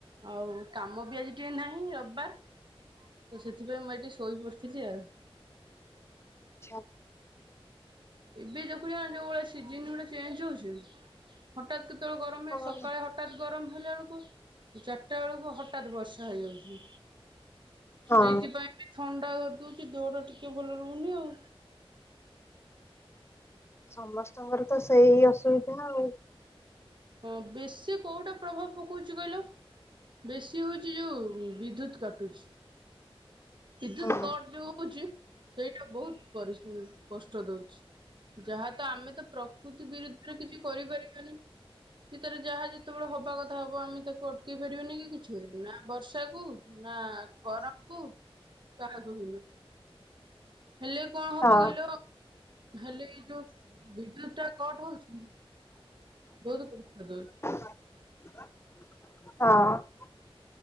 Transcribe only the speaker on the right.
ଆଉ କାମ ବି ଆଜି ଟିକେ ନାହିଁ ରବିବାର ତ ସେଥିପାଇଁ ମୁଁ ଏଠି ଶୋଇ ପଡ଼ିଥିଲି ଆଉ।
ଏବେ ଦେଖୁଛ ଯୋଉ ଭଳିଆ ସିଜନ ଗୁଡା ଚେଞ୍ଜ ହଉଛି। ହଠାତ କେତେବେଳେ ଗରମ
ହେଇ ସକାଳେ ହଠାତ ଗରମ ହେଲା ବେଳକୁ ଚାରିଟା ବେଳକୁ ହ ହଠତ ବର୍ଷା ହେଇଯାଉଛି
ତ ଏଇଥିପାଇଁ ବି ଥଣ୍ଡା ଧଦଉଛି ଦୋଡ ଟିକେ ଟିକେ ଭଲ ରହୁନୀ ଆଉ।
ହଁ ବେଶୀ କୋଉଟା ପ୍ରଭାବ ପକଉଛି କହିଲ। ବେଶୀ ହଉଛି ଯୋଉ ବିଦ୍ୟୁତ କାଟୁଛି। ବିଦ୍ୟୁତ
କଟ ଯୋଉ ହଉଛି ସେଇଟା ବହୁତ କଷ୍ଟ ଦଉଛି। ଯାହା ତ ଆମେ ତ ପ୍ରକୃତି ବିରୁଦ୍ଧରେ କିଛି କରିପାରିବାନି। ସେ ତାର ଯାହା ଯେତେବେଳେ ହବା କଥା ହବ ଆମେ ତାକୁ ଅଟକେଇ ପାରିବାନି କି କିଛି ନା ବର୍ଷାକୁ ନା ଗରମ କୁ। କହାକୁ ଭିନ୍ନ। ହେଲେ କଣ ହବ
କହିଲ ହେଲେ ଏଇ ଯୋଉ ବିଦ୍ୟୁତ ଟା କଟ ହଉଛି। ବହୁତ କଷ୍ଟ ଦଉଚି।